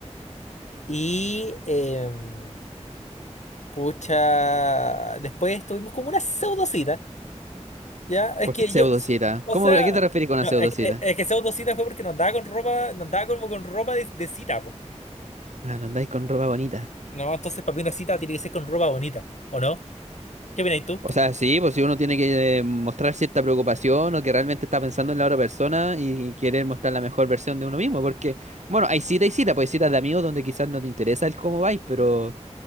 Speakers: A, on the left (about 75°); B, on the right (about 75°).
A: Y, em, pucha, después tuvimos como una pseudocita, ¿ya? Es
B: ¿Por
A: que
B: qué pseudocita?
A: yo, o
B: ¿Cómo,
A: sea,
B: a qué te refieres con una
A: no,
B: pseudocita?
A: es, es- es que pseudocita fue porque no andaba con ropa, no andaba como con ropa de, de cita,
B: Ah, no andáis con ropa bonita.
A: No, entonces para mí una cita tiene que ser con ropa bonita, ¿o no? ¿Qué opinas tú?
B: O sea, sí, pues si uno tiene que eh, mostrar cierta preocupación o que realmente está pensando en la otra persona y quiere mostrar la mejor versión de uno mismo, porque, bueno, hay cita y cita, pues hay citas de amigos donde quizás no te interesa el cómo vais, pero